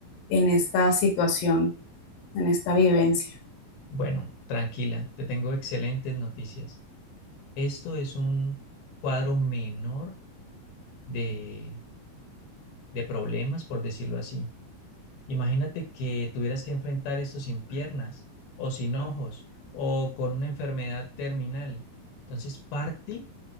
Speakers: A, on the left (about 70°); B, on the left (about 85°).
A: en esta situación, en esta vivencia.
B: Bueno, tranquila, te tengo excelentes noticias. Esto es un cuadro menor de, de problemas, por decirlo así. Imagínate que tuvieras que enfrentar esto sin piernas o sin ojos o con una enfermedad terminal. Entonces, parte